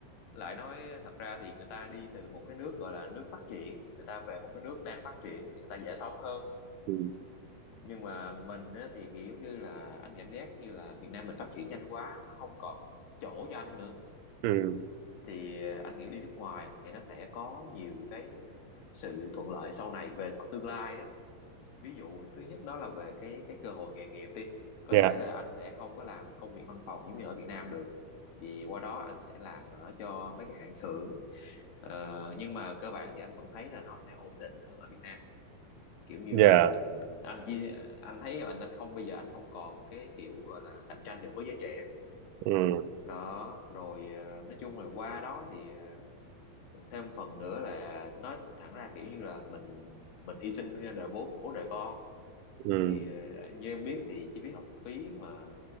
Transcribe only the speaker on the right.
ừ,
ừ,
dạ,
dạ,
ừ,
ừ,